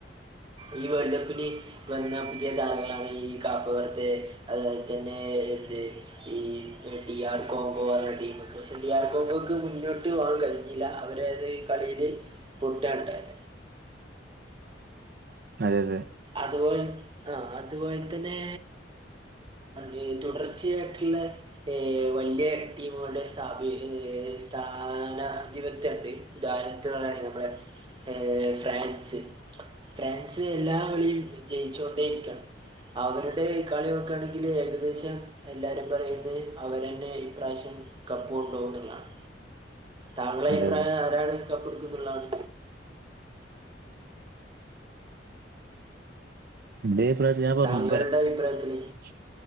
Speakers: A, on the right; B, on the right.
A: ഈ വേൾഡ് കപ്പിന് വന്ന പുതിയ താരങ്ങളാണ് ഈ കപ് വറുതേ അതുപോലെ തന്നെ എന്ത് ഈ ഡി ആർ കോം കോ പക്ഷെ ഡി ആർ കോം കോക്ക് മുന്നോട്ട് പോകാൻ കഴിഞ്ഞില്ല അവരത് കളിയില് പൊട്ടാണ്ടായത്
B: അതെ യതെ
A: അതുപോലെന്നെ ആ അതുപോലെ തന്നെ <unintelligible> തുടർച്ചയായിട്ടുള്ള ഏ വല്ല്യ ടീമുകളുടെ സ്ഥാപി ഏ സ്ഥാനാർഥിപത്യണ്ട് ഉദാഹരണത്തിന് പറയയാണെങ്കിൽ നമ്മളെ ഏ ഫ്രാൻസ് ഫ്രാൻസ് എല്ലാ എല്ലാ കളിയിലും വിജയിച്ചു കൊണ്ടേരിക്കാണ് അവരുടെ കളി നോക്കാണെങ്കിൽ ഏകദേശം എല്ലാരും പറയുന്നെ അവരെന്നെ ഇപ്രാവശ്യം കപ്പ് കൊണ്ടോവുംന്നുള്ളാണ് താങ്കളെ
B: അതെ
A: അഭിപ്രായം
B: അതെ
A: ആരാണ് കപ്പ് ഇടുക്കുന്നുള്ളാണ്
B: ഇൻ്റെ അയിപ്രായം ഞാൻ പറഞ്ഞു
A: താങ്കളുടെ അഭിപ്രായത്തിൽ
B: <unintelligible>